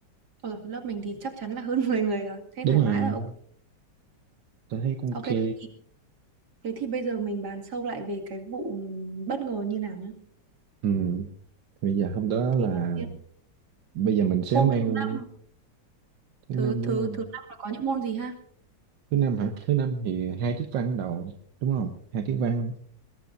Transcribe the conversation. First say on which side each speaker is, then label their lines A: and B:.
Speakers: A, on the right; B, on the right.
A: Rồi, lớp mình thì chắc chắn là hơn <laughs> 10 người rồi, thế
B: Đúng
A: thoải
B: rồi,
A: mái rồi. Ok,
B: tôi thấy cũng ok.
A: Ok, thế thì, thế thì bây giờ mình bàn sâu lại về cái vụ bất ngờ như nào nhá.
B: Ừ, bây giờ hôm đó
A: Thì
B: là
A: đầu tiên
B: bây giờ mình sẽ
A: hôm
B: mang
A: thứ năm
B: thứ
A: thứ
B: năm
A: thứ
B: đúng không?
A: thứ năm là có những môn gì ha
B: Thứ năm hả? Thứ năm thì hai tiết văn đầu đúng không? Hai tiết văn,